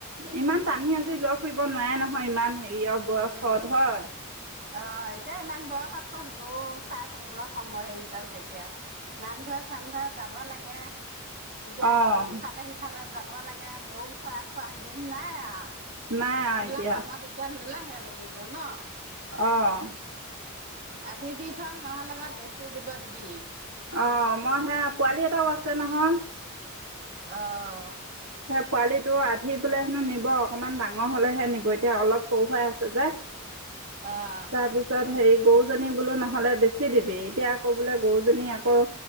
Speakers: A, on the right (about 75°); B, on the right (about 40°).
A: ইমান টানি আজি লগ ফুব নোৱাৰে নহয় ইমান হেৰি ইয়াৰ বয়সত
B: উম,
A: হয়
B: অ এতিয়া ইমান বয়সত কত গৌ চাই ফুবলৈ সময় হেৰি কাল থাকেয়া নামঘৰে চামঘৰে যাব লাগে এতিয়া
A: অঁ
B: ইফালে সিফালে যাব ব লাগে গৰু চৰাই পোৱা দিন নাই আও
A: নাই আৰু
B: এবিলাক
A: এতিয়া
B: কামত এতিয়া নেলেগ লাগিব ন
A: অঁ
B: আধি দি থক নহলে বা বেছি দিব দিবি
A: অঁ মই সে পোৱালি এটাও আছে নহয়
B: অ
A: পোৱালীটো আধি পেললে হেনো নিব অকণমান ডাঙৰ হলেহে নিব এতিয়া অলপ সৰু হৈ আছে যে
B: অ',
A: তাৰিছত হে গৰুজনী বোলো নহলে বেছি দিবি এতিয়া আকৌ বোলে গৰুজনী আকৌ